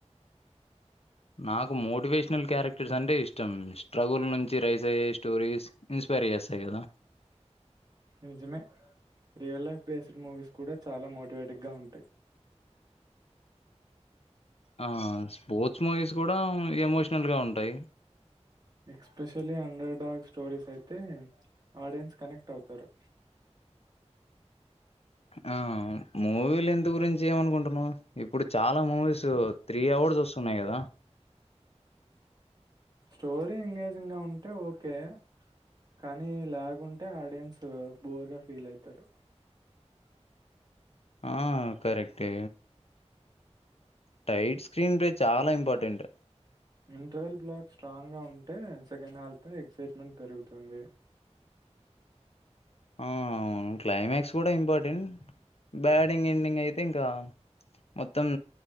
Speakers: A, on the left; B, on the right.
A: నాకు మోటివేషనల్ క్యారెక్టర్స్ అంటే ఇష్టం స్ట్రగుల్ నుంచి రైస్ అయ్యే స్టోరీస్ ఇన్స్ పరియాసాదా
B: నిజమే రియల్ లైఫ్ బేస్డ్ మూవీస్ కూడా చాలా మోటివేటిగ్ గా ఉంటాయ్
A: ఆ స్పోర్ట్స్ మూవీస్ కూడా ఎమోషనల్ గా ఉంటాయ్
B: ఎక్స్పెషలీ అండర్ డాగ్ స్టోరీస్ అయితే ఆడియన్స్ కనెక్ట్ అవుతారు
A: ఆ మూవీలు ఎంత గురించి ఏమనుకుంటున్నాం ఇప్పుడు చాలా మూవీస్ త్రీ అవర్స్ సున్నాయ్ గదా
B: స్టోరీ ఎంగేజింగ్ గా ఉంటే ఓకే కానీ లాగుంటే ఆడియన్సు బోర్ గా ఫీల్ ఐతరూ
A: ఆ కరెక్టే టైట్ స్క్రీన్ ప్లే చాల ఇంపార్టెంట్
B: ఇంటర్వెల్ బ్లాక్ స్ట్రాంగ్ గా ఉంటే సెకండ్ హాల్ఫ్ పై ఎక్సైట్మెంట్ పెరుగుతుంది
A: ఆ అవును క్లైమాక్స్ కూడ ఇంపార్టెంట్ బ్యాడింగ్ ఎండింగ్ అయితే ఇంకా మొత్తం